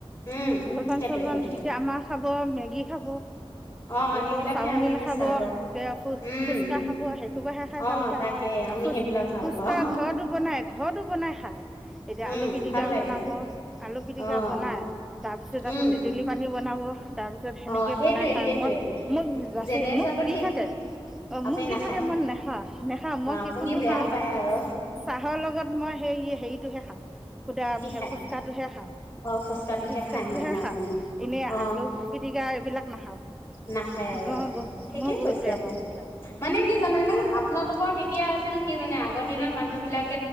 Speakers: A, on the left; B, in the centre.
A: উম।
B: জলপান
A: সেইটোৱে
B: চলপান
A: সেইটোৱে
B: এতিয়া আমাৰ খাব মেগী খাব।
A: অ',
B: আকৌ
A: সেইবিলাকহে
B: কৰ চাওমিন
A: আমি বিচাৰো
B: খাব কে ফু
A: উম।
B: ফুচকা খাব সেইখোপাহে খাই
A: অ',
B: ভাল পায়।
A: তাকে আমি
B: আৰু ফুচ
A: সেইবিলাক ভাল
B: ফুচকা
A: পাওঁ
B: ঘৰতো বনাই ঘৰতো বনাই খাই। এতিয়া
A: উম
B: আলু পিটিকা
A: ভাল লাগে
B: বনাব আলু পিটিকা
A: অ'।
B: বনাই তাৰপিছত
A: উম
B: আকৌ তেতেলী পানী বনাব তাৰ পিছত সেনেকে
A: অ', সেইটোৱে
B: বনাই খাই,
A: সেইটোৱে
B: মই মোক জাচি
A: জেনেৰেশ্যনটো
B: মোক দি
A: ঠিক
B: থাকে। অ',
A: আপুনি
B: মোক দি
A: নাখায়
B: থাকে মই নেখা নেখা
A: অ
B: মই
A: আপুনি
B: কোনটো
A: বেয়া
B: খাওঁ
A: পায় আৰু
B: চাহৰ লগত মই সেই হেৰিটোহে খাওঁ। খুধা
A: কি
B: সেই
A: খায়
B: ফুচকাটোহে খাওঁ
A: অ
B: ফুচকাটোহে
A: খায় মানে আপুনি
B: খাওঁ এনেই
A: অ
B: আলু পিটিকা এইবিলাক নাখাওঁ
A: নাখায় আৰু
B: ম বহ
A: ঠিকে
B: মই বহুত
A: কৈছে
B: বেয়া পাওঁ সেইবিলাক।
A: মানে কি জানে নে আপোনালোকৰ তেতিয়া আছিল কি জানে আগৰ দিনত মানুহ বিলাক